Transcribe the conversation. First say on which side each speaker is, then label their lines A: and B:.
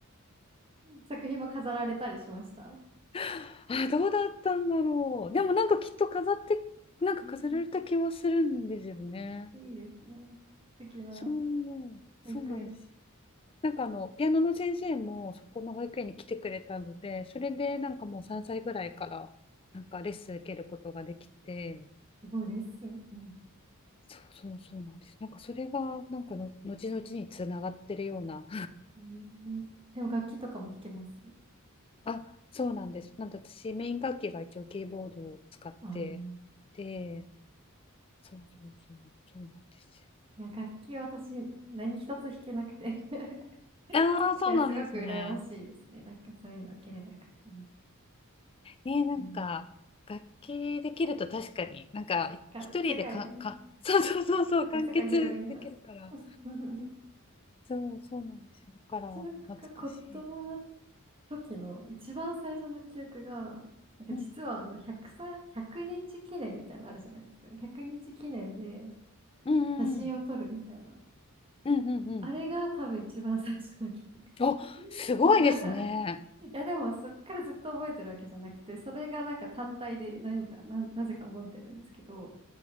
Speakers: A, on the right; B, on the left.
A: 作品も飾られたりしました。
B: <laughs> あどうだったんだろうでもなんかきっと飾ってなんか飾られた気はするんですよね
A: うん、いいですね。素敵な
B: そうそうなんです
A: 保育園。
B: なんかあのピアノの先生もそこの保育園に来てくれたのでそれでなんかもう3歳ぐらいからなんかレッスン受けることができて
A: すごいレッスン。うん、
B: そうそうそうなんですなんかそれがなんかの後々につながってるような
A: うんでも楽器とかも弾けます。
B: あ、そうなんです。なんで私、メイン楽器が一応キーボードを使って
A: ああ。
B: て、そうそうそう、そうなんですよ。
A: いや、楽器私、何一つ弾けなくて <laughs>
B: ああ、そうなんですね。
A: いや、すごく羨ましいですね。なんかそういうの受ければよかったな。
B: えーなんか、
A: うん。
B: 楽器できると確かに、なんか、い一人でか、
A: が、世界がね、
B: か、<laughs> そうそうそうそう、
A: なんか世界広がります。
B: 完結できるから。
A: <laughs>
B: そう、そうなんですよ。だから、
A: 私なんか子供の
B: 懐かしい。
A: 時の一番最初の記憶が、なんか実はあの100歳、
B: うん、
A: 1日記念みたいなのあるじゃないですか。100日記念で
B: うん、
A: 写真を撮るみたいな。
B: うん、うん、うんうんうん。
A: あれが多分一番最初の記憶。
B: お、すごいですね。
A: <laughs> いやでもそっからずっと覚えてるわけじゃなくて、それがなんか単体で何か、な、なぜか覚えてるんですけど、